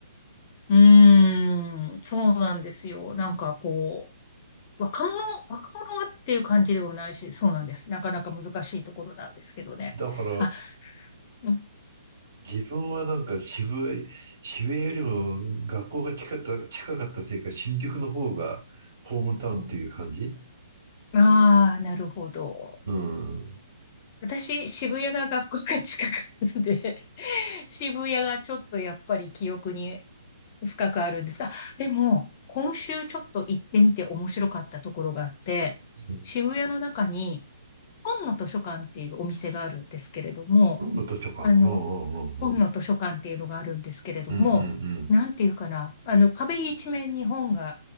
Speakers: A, on the left; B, on the right.
A: うーん、そうなんですよ。なんかこう、若者、若者っていう感じでもないし、そうなんです。なかなか難しいところなんですけどね。
B: だから
A: あ、うん、
B: 自分はなんか渋谷、渋谷よりも学校が近かった、近かったせいか新宿の方がホームタウンっていう感じ
A: ああ、なるほど。
B: うん。
A: 私、渋谷が学校が近かったんで、<laughs> 渋谷がちょっとやっぱり記憶に深くあるんですが、でも、今週ちょっと行ってみて面白かったところがあって、
B: うん。
A: 渋谷の中に、本の図書館っていうお店があるんですけれども、
B: 本の図書館。
A: あの、
B: うんうんうんうん。
A: 本の図書館っていうのがあるんですけれども、
B: うんうん
A: なんていうかな、あの、壁一面に本があっ